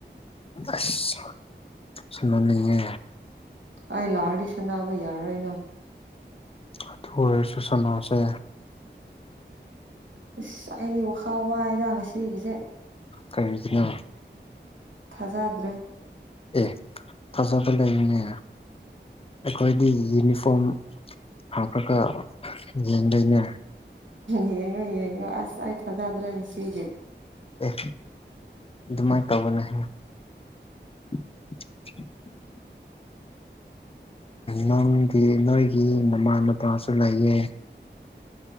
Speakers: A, on the left; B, on the right.
A: ꯑꯁ ꯁꯅꯅꯤꯡꯌꯦ
B: ꯑꯩ ꯂꯥꯛꯑꯗꯤ ꯁꯅꯥꯕ ꯌꯥꯔꯣꯏ ꯅꯪ
A: ꯑꯗꯨ ꯑꯣꯏꯔꯁꯨ ꯁꯅꯁꯦ
B: ꯑꯁ ꯑꯩꯗꯤ ꯋꯥꯈꯥꯟ ꯋꯥꯏꯗ ꯉꯁꯤꯒꯤꯁꯦ
A: ꯀꯔꯤꯒꯤꯅꯣ
B: ꯊꯥꯖꯗ꯭ꯔꯦ
A: ꯑꯦ ꯊꯥꯖꯥꯕ ꯂꯩꯔꯤꯅꯦ ꯑꯩꯈꯣꯏꯗꯤ ꯌꯨꯅꯤꯐꯣꯝ ꯍꯥꯞꯄꯒ ꯌꯦꯡꯗꯣꯏꯅꯦ
B: ꯌꯦꯡꯉꯣ ꯌꯦꯡꯉꯣ ꯑꯁ ꯑꯩ ꯊꯖꯥꯗ꯭ꯔꯦ ꯉꯁꯤꯗꯤ
A: ꯑꯦ ꯑꯗꯨꯃꯥꯏꯅ ꯇꯧꯕꯅꯦ ꯍꯥꯏ <unintelligible> ꯅꯪꯒꯤ ꯅꯣꯏꯒꯤ ꯃꯃꯥ ꯅꯄꯥꯁꯨ ꯂꯩꯌꯦ